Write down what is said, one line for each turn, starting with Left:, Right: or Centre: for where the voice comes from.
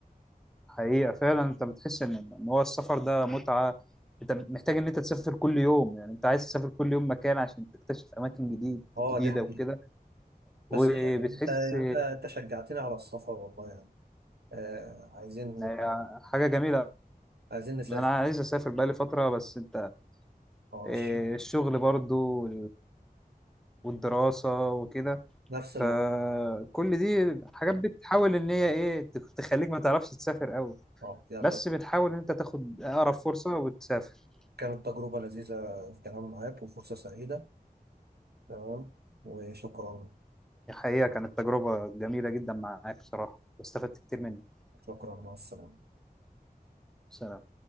Centre: حقيقه فعلا انت بتحس ان ان هو السفر ده متعه انت محتاج ان انت تسافر كل يوم يعني انت عايز تسافر كل يوم مكان عشان تكتشف اماكن جديد
Right: اه
Centre: جديده
Right: دي حقيقة
Centre: وكده وبتحس
Right: بس انت يعني انت انت شجعتني على السفر والله يعني آه عايزين
Centre: إن حاجه جميله
Right: عايزين نسافر
Centre: انا عايز اسافر بقالي فتره بس انت
Right: اه
Centre: إيه،
Right: شكرا
Centre: الشغل برضو والدراسة وكده
Right: نفس
Centre: فكل
Right: الموضوع
Centre: دي حاجات بتحاول ان هي ايه تخ- تخليك ما تعرفش تسافر قوي
Right: اه يلا
Centre: بس بتحاول ان انت تاخد اقرب فرصة وتسافر
Right: كانت تجربة لذيذة الكلام معاك وفرصة سعيدة تمام وشكرا
Centre: الحقيقة كانت تجربة جميلة جدا معاك بصراحة واستفدت كتير منك
Right: شكرا مع السلامة
Centre: سلام